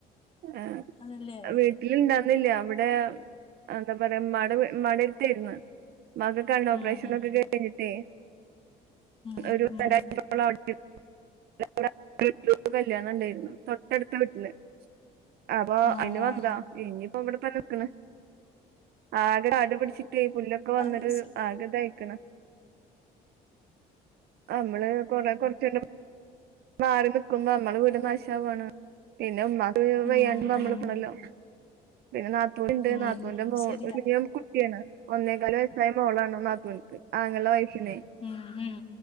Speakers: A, on the right; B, on the left.
A: <unintelligible>
B: അതല്ലേ
A: ഇണ്ടന്നില്ല അവിടെ എന്താ പറയാ ഉമ്മടെ മടരുത്തിയിരുന്ന ഉമ്മാക്ക് കണ്ണ് ഓപെഷൻ
B: ഉം ഉം
A: ഒക്കെ കഴഞ്ഞട്ടെ <inaudible>
B: ഉം ഉം
A: അടുത്ത വീട്ടിൽ ഒരു കല്യാണം ഉണ്ടായിന്ന തൊട്ടടുത്ത വീട്ടില് അപ്പൊ
B: ആഹ്
A: അതിന് വന്നത ഇനിയിപ്പോ ഇവിടെ തന്നെനിക്കണ ആകടെ കാലു പിടിച്ച ഈ പുല്ലൊക്കെ വന്നട്ടരു
B: ആഹ്
A: ആഗത അയക്കണം ആഹ് നമ്മള് കൊറ കൊറച്ചൂ മാറി നിക്കുമ്പോ നമ്മളെ വീട് നാശവുവാണ് പിന്നെ ഉമമാ <unintelligible>
B: ഉം
A: വയ്യാണ്ട് നമ്മള്
B: ഉം
A: നിക്കണന്നല്ലോ പിന്നെ നാത്തൂൻ ഇണ്ട്
B: ഉം
A: നാത്തൂൻ്റെ മോള്
B: ശരിയാ
A: ഒന്നേക്കാല് വസ്സായ മോളാണോ നാത്തുണക്ക് ആങ്ങളുടെ വൈഫിനെ
B: ഉം ഉം